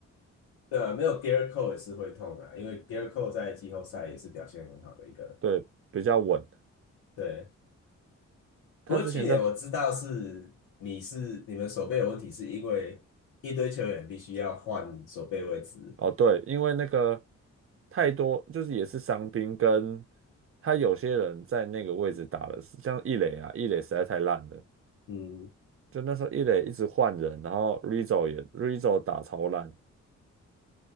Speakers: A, on the left; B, on the right.
A: 对啊，没有 g e a r Cole 也是会痛啊，因为 g e a r Cole 在季后赛也是表现很好的一个。
B: 对，比较稳。
A: 对，不过去年我知道是你是你们手背有问题，
B: 他之前在
A: 是因为一堆球员必须要换手背位置。
B: 哦，对，因为那个太多，就是也是伤兵，跟他有些人在那个位置打了，像易磊啊，易磊实在太烂了，
A: 嗯，
B: 就那时候易磊一直换人，然后 Rizzo 也 Rizzo 打超烂，